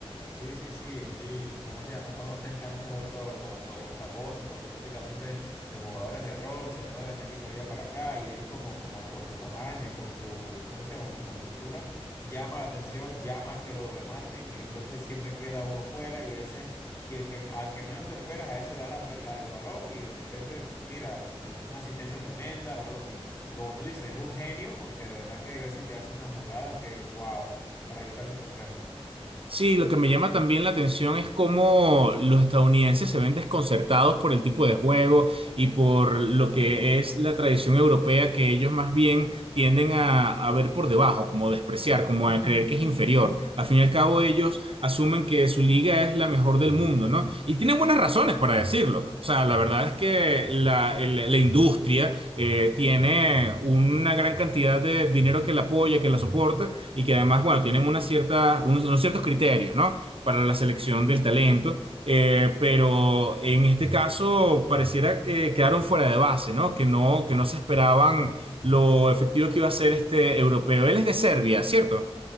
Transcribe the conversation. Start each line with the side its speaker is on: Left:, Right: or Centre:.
Left: Sí, sí, sí, él, ¿cómo se llama? Cuando está en cancha es otro, otro- otra cosa, porque prácticamente los jugadores de rol se mueven de aquí para allá para acá y él como, como por su tamaño y por su, ¿cómo se llama? Por su contextura, llama la atención, llama a que lo doble marquen, e entonces siempre queda uno fuera y ese, y el que, al que menos tú esperas, a ese le da la, pe- la- el balón y de repente, mira, este, una asistencia tremenda o algo así. Y como tú dices, es un genio porque de verdad que hay veces que hace unas jugadas que, wow, para quitarse el sombrero, pues.
Right: Sí, lo que me llama también la atención es cómo los estadounidenses se ven desconcertados por el tipo de juego y por lo que es la tradición europea que ellos más bien tienden a, a ver por debajo, como despreciar, como a creer que es inferior. Al fin y al cabo ellos asumen que su liga es la mejor del mundo, ¿no? Y tienen buenas razones para decirlo. O sea, la verdad es que la, el- la industria eh, tiene una gran cantidad de dinero que la apoya, que la soporta y que además, bueno, tienen una cierta, un- unos ciertos criterios, ¿no? Para la selección del talento, eh, pero en este caso pareciera que quedaron fuera de base, ¿no? Que no, que no se esperaban lo efectivo que iba a ser este europeo. Él es de Serbia, ¿cierto?